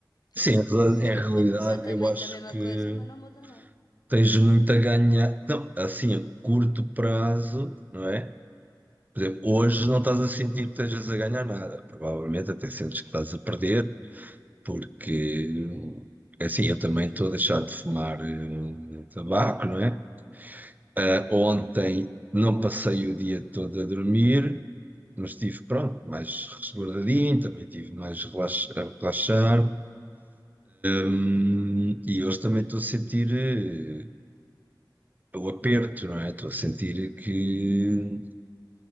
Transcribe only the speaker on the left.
sei
lá,
fazer
eh, exatamente
a mesma
coisa, mas não muda nada.